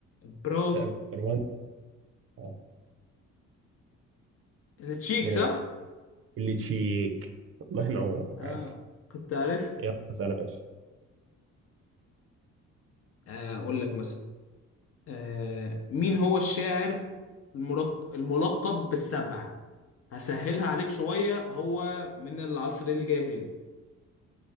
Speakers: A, on the left; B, on the right.
A: براغ
B: لا بس روان اه
A: التشيك
B: براغ
A: صح؟
B: اللي تشيك الله ينور
A: اه
B: عاش
A: كنت عارف
B: يلا سلام يا باشا
A: آه، اقول لك مثلا آه مين هو الشاعر المرق... الملقب بالسبعة هسهلها عليك شوية هو من العصر الجاهلي